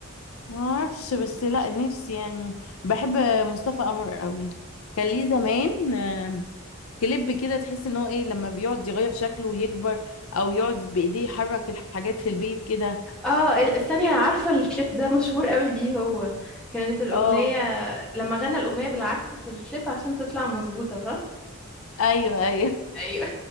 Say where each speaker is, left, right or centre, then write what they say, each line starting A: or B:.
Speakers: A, on the left (about 75°); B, in the centre.
A: ما اعرفش بس لا نفسي يعني بحب مصطفى قمر قوي كان ليه زمان آم، كليب كده تحس ان هو ايه لما بيقعد يغير شكله ويكبر او يقعد بايديه يحرك الحاجات في البيت كده
B: اه ال- استني انا عارفة الكليب ده مشهور قوي بيه هو كانت الأغنية
A: اه
B: لما غنى الأغنية بالعكس في الكليب عشان تطلع مظبوطة صح؟
A: ايوه ايوه
B: ايوه